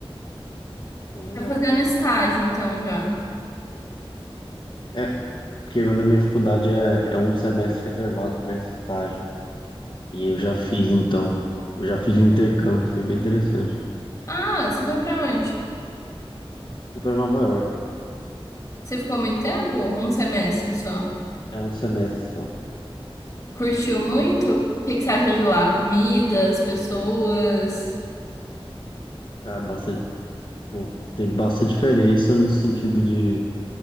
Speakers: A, on the left; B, on the left.
A: Pô, legal.
B: Tá fazendo estágio, então, já.
A: É, porque na minha faculdade é, é um semestre reservado para esse estágio. E eu já fiz, então. Eu já fiz o intercâmbio, foi bem interessante.
B: Ah, você foi pra onde?
A: Fui para Nova York.
B: Você ficou muito tempo? Um semestre só.
A: É um semestre só.
B: Curtiu muito? O que que você acha de lá? Comidas, pessoas? <laughs>
A: Ficar bastante. Pô, tem bastante diferença no sentido de.